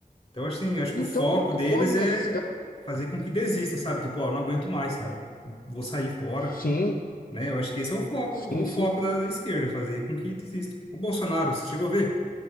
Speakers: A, on the left (about 40°); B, on the left (about 70°).
A: Então, assim, acho que
B: Então,
A: o foco
B: como que
A: deles
B: pode, né?
A: é
B: Esses caras.
A: fazer com que desista, sabe? Tipo, ó, não aguento mais, cara. Vou sair fora,
B: Sim,
A: né? Eu acho que esse é o foco,
B: Sim,
A: o foco
B: sim.
A: da, da esquerda, fazer com que desista. O Bolsonaro, você chegou a ver?